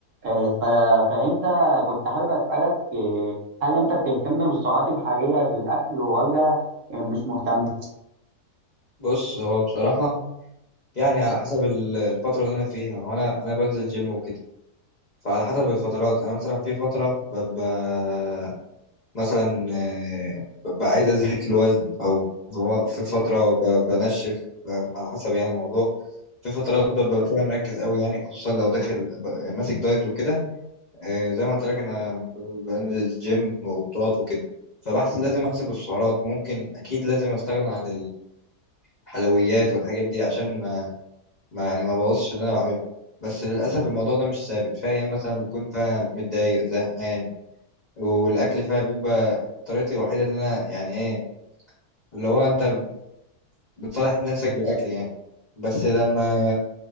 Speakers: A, on the right (about 60°); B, on the left (about 55°).
A: إيه، ف- فانت كنت حابب اسالك إيه، هل انت بتهتم بالسعرات الحرارية في الاكل ولا مش مهتم
B: بص هو بصراحة يعني على حسب ال- الفترة اللي أنا فيها وأنا أنا بنزل جيم وكده فعلى حسب الفترات أنا مثلا في فترة ببقى مثلا آه، ببقى عايز أزيد في الوزن أو في فترة ب- بنشف على حسب يعني الموضوع في فترات ببقى فيها مركز قوي يعني خصوصا لو داخل ب- ماسك دايت وكده آه، زي ما قلت لك أنا ب- بنزل جيم وبطولات وكده فبحس لازم أحسب السعرات ممكن أكيد لازم أستغنى عن الحلويات والحاجات دي عشان ما يعني ما بوظش اللي انا بعمله بس للاسف الموضوع ده مش ثابت في ايام مثلا بكون فيها متضايق زهقان والاكل فيها بيبقى طريقتي الوحيده ان انا يعني ايه اللي هو انت بتصالح نفسك بالاكل يعني بس لما